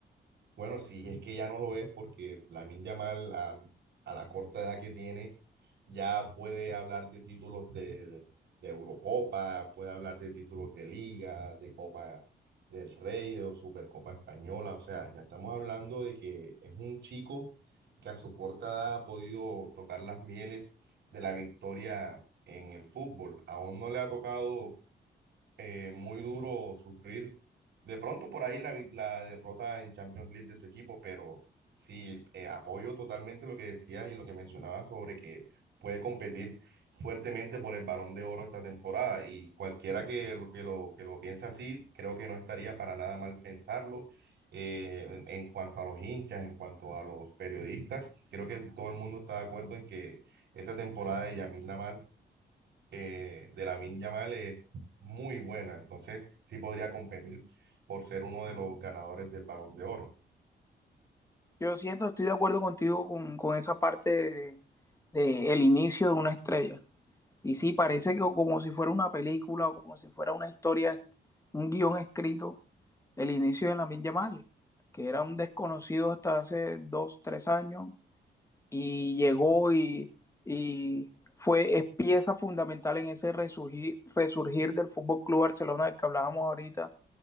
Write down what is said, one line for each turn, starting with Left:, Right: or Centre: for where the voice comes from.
Right: bueno, si es que ya no lo es porque la Yamal al- a la corta edad que tiene ya puede hablar de títulos de, de Eurocopa, puede hablar de títulos de Liga, de Copa del Rey o Supercopa Española. O sea, ya estamos hablando de que es un chico que a su corta edad ha podido tocar las mieles de la victoria en el fútbol. Aún no le ha tocado eh, muy duro sufrir de pronto por ahí la, vi- la derrota en Champions League de su equipo, pero sí, eh, apoyo totalmente lo que decías y lo que mencionabas sobre que puede competir fuertemente por el Balón de Oro esta temporada y cualquiera que lo, que lo, que lo piensa así, creo que no estaría para nada mal pensarlo. eh, en, en cuanto a los hinchas, en cuanto a los periodistas, creo que todo el mundo está de acuerdo en que esta temporada de Yamil Lamar eh, de Lamine Yamal es muy buena, entonces sí podría competir por ser uno de los ganadores del Balón de Oro.
Left: Yo siento, estoy de acuerdo contigo con, con esa parte de, de el inicio de una estrella. Y sí, parece que como si fuera una película o como si fuera una historia, un guión escrito, el inicio de Lamin Yamal, que era un desconocido hasta hace dos, tres años, y llegó y, y fue, es pieza fundamental en ese resurgir, resurgir del Fútbol Club Barcelona del que hablábamos ahorita,